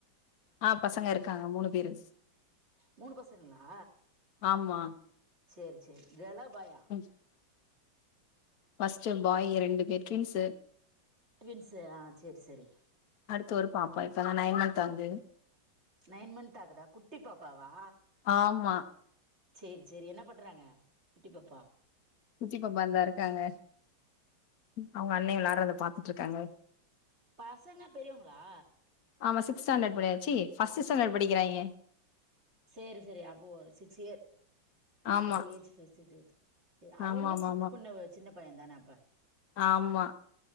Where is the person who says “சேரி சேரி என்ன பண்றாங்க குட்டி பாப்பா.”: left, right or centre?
Right